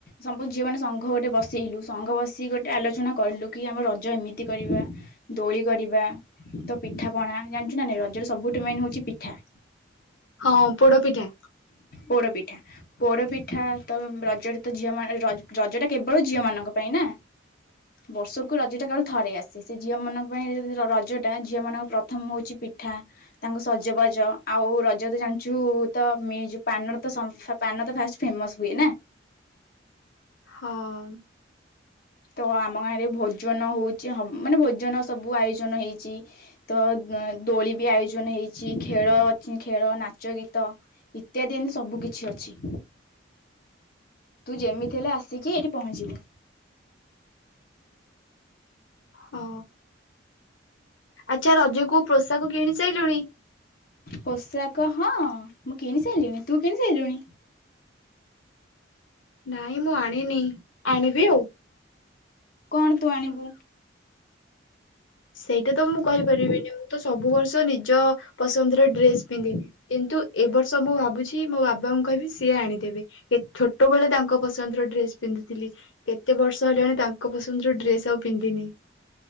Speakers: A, on the left (about 50°); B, on the left (about 80°).
A: ସବୁ ଝିଅ ମାନେ ସଂଘ ଗୋଟେ ବସେଇଲୁ ସଂଙ୍ଘ ବସିକ ଗୋଟେ ଆଲୋଚନା କଲୁ କି ଆମ ରଜ ଏମିତି କରିବା। ଦୋଳି କରିବା ତ ପିଠା ପଣା ଜାଣିଛୁ ନାଁ ନାଇଁ ରଜର ସବୁଠୁ ମେନ ହଉଛି ପିଠା।
B: ହଁ ପୋଡ ପିଠା।
A: ପୋଡ ପିଠା। ପୋଡ ପିଠା ତ ରଜରେ ତ ଝିଅ ମାନେ ରଜ୍ ରଜ ଟା କେବଳ ଝିଅ ମାନଙ୍କ ପାଇଁ ନା। ବର୍ଷକୁ ରଜ ଟା କାବେଳେ ଥରେ ଆସେ ସେ ଝିଅ ମାନଙ୍କ ପାଇଁ ରଜଟା ଝିଅ ମାନଙ୍କ ପ୍ର ପ୍ରଥମ ହଉଛି ପିଠା ତାଙ୍କ ସଜବାଜ ଆଉ ରଜ ତ ଜାଣିଛୁ। ତ ମି ଯୋଉ ପାନର ତ ସମ ପାନ ତ ଫାଷ୍ଟ ଫେମସ ହୁଏ ନା।
B: ହଁ।
A: ତ ଆମ ଗାଁରେ ଭୋଜନ ହଉଛି ହ ମାନେ ଭୋଜନ ସବୁ ଆୟୋଜନ ହେଇଛି। ତ ଦୋଳି ବି ଆୟୋଜନ ହେଇଛି ଖେଳ ଅଛି ଖେଳ ନାଚ ଗୀତ। ଇତ୍ୟାଦି ଏମିତି ସବୁ କିଛି ଅଛି। ତୁ ଯେମିତି ହେଲେ ଆସିକି ଏଇଠି ପହଞ୍ଚିବୁ।
B: ହଁ ଆଚ୍ଛା ରଜକୁ ପୋଷାକ କିଣି ସାଇଲୁଣି।
A: ପୋଷାକ ହଁ ମୁଁ କିଣି ସାଇଲିଣି ତୁ କିଣି ସାଇଲୁଣି।
B: ନାଇଁ ମୁଁ ଆଣିନି ଆଣିବି ଆଉ।
A: କଣ ତୁ ଆଣିବୁ।
B: ସେଇଟା ତ ମୁଁ କହିପାରିବିନି ମୁଁ ତ ସବୁ ବର୍ଷ ନିଜ ପସନ୍ଦର ଡ୍ରେସ ପିନ୍ଧିବି। କିନ୍ତୁ ଏବ ବର୍ଷ ମୁଁ ଭାବୁଛି ମୋ ବାବାଙ୍କୁ କହିବି ସିଏ ଆଣିଦେବେ। କେ ଛୋଟବେଳେ ତାଙ୍କ ପସନ୍ଦର ଡ୍ରେସ୍। ପିନ୍ଧିଥିଲି କେତେ ବର୍ଷ ହେଲାଣି ତାଙ୍କ ପସନ୍ଦର ଡ୍ରେସ ଆଉ ପିନ୍ଧିନି।